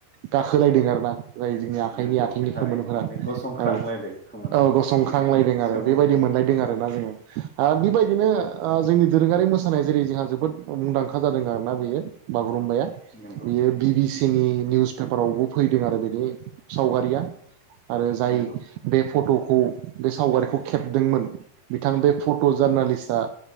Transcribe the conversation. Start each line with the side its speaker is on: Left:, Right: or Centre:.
Right: गाखोलायदों आरोना जाय जोंनि आखाइनि
Left: नंगौ
Right: आथिंनि
Left: थारैनो
Right: खोमोनफोरा
Left: माने गसंख्रांलायदों
Right: औ।
Left: खोमाना
Right: औ गसंखांलायदों आरो
Left: सोमो
Right: बेबायदि मोनलायदों आरो ना जोङो। आरो बेबायदिनो जोंनि दोरोङारि मोसानाय जेरै जोंहा जोबोद मुंदांखा जादों आरोना बेयो। बागुरुम्बाया
Left: नंगौ
Right: बियो बि बि सि नि निउस पेपारावबो फैदों आरो बिनि सावगारिया। आरो जाय
Left: नंगौ
Right: बे फट'खौ बे सावगारिखौ खेबदोंमोन बिथां बे फट' जार्नालिस्टआ